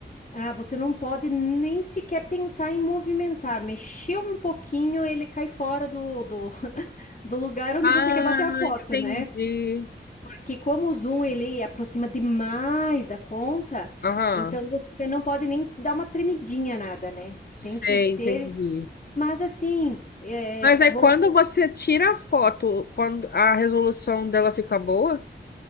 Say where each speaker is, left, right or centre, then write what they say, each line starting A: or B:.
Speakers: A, on the left (about 40°); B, on the left (about 55°).
A: Ah, você não pode nem sequer pensar em movimentar. Mexeu um pouquinho, ele cai fora do, do, <laughs> do lugar onde
B: Ah,
A: você quer bater a foto,
B: entendi.
A: né? Porque como o zoom ele aproxima demais da conta,
B: Aham,
A: então você não pode nem dar uma tremidinha nada, né? Tu tem
B: sei,
A: que ser.
B: entendi.
A: Mas assim, é,
B: Mas aí
A: voltou,
B: quando você tira a foto, quando a resolução dela fica boa,